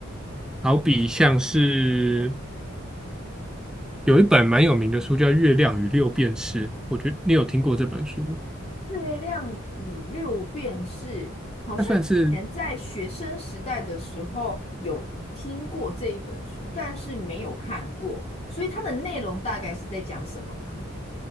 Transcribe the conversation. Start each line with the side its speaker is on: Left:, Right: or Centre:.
Centre: 好比像是。有一本蛮有名的书叫《月亮与六便士》，我觉得你有听过这本书吗？
Left: 《月亮与六便士》好像以前在学生时代的时候有听过这一本书，
Centre: 它算是
Left: 但是没有看过，所以它的内容大概是在讲什么呢？